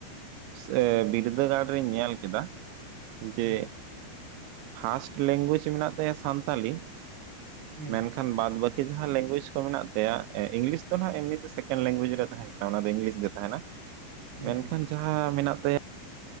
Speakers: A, on the right; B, on the right.
A: ᱥᱮ ᱵᱤᱨᱫᱟᱹᱜᱟᱲ ᱨᱤᱧ ᱧᱮᱞ ᱠᱮᱫᱟ ᱡᱮ
B: ᱦᱩᱸ
A: ᱯᱷᱟᱥᱴ ᱞᱮᱝᱜᱩᱭᱮᱡᱽ ᱢᱮᱱᱟᱜ ᱛᱟᱭᱟ ᱥᱟᱱᱛᱟᱞᱤ,
B: ᱦᱩᱸ
A: ᱢᱮᱱᱠᱷᱟᱱ ᱵᱟᱫ ᱵᱟᱹᱠᱤ ᱡᱟᱦᱟᱸ ᱞᱮᱝᱜᱩᱭᱮᱡᱽ ᱠᱚ ᱢᱮᱱᱟᱜ ᱛᱟᱭᱟ ᱮ ᱤᱝᱞᱤᱥ ᱫᱚ ᱱᱟᱦᱟᱸᱜ ᱮᱢᱱᱤᱛᱮ ᱥᱮᱠᱮᱱᱰ ᱞᱮᱝᱜᱩᱭᱮᱡ ᱨᱮ ᱛᱟᱦᱮᱱᱟ ᱾ ᱚᱱᱟ ᱫᱚ ᱤᱝᱞᱤᱥ ᱜᱮ ᱛᱟᱦᱮᱱᱟ,
B: ᱦᱩᱸ
A: ᱢᱮᱱᱠᱷᱟᱱ
B: ᱦᱩᱸ ᱦᱩᱸ
A: ᱡᱟᱦᱟᱸ ᱢᱮᱱᱟᱜ ᱛᱟᱭᱟ